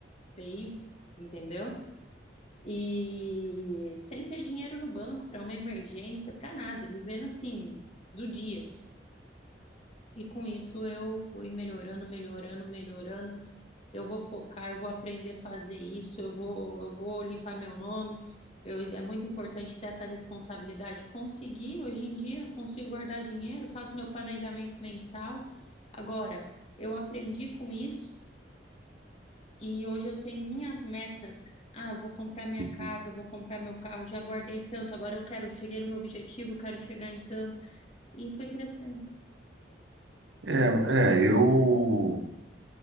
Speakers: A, on the left; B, on the right.
A: feio, entendeu? E sem ter dinheiro no banco para uma emergência, para nada, vivendo assim, do dia. E com isso eu fui melhorando, melhorando, melhorando. Eu vou focar, eu vou aprender a fazer isso, eu vou, eu vou limpar meu nome. Eu- é muito importante ter essa responsabilidade. Consegui, hoje em dia, consigo guardar dinheiro, faço meu planejamento mensal. Agora, eu aprendi com isso e hoje eu tenho minhas metas. Ah, eu vou comprar minha
B: Uhum.
A: casa, eu vou comprar meu carro, já guardei tanto, agora eu quero, eu cheguei no meu objetivo, eu quero chegar em tanto. E fui crescendo.
B: É, é, eu,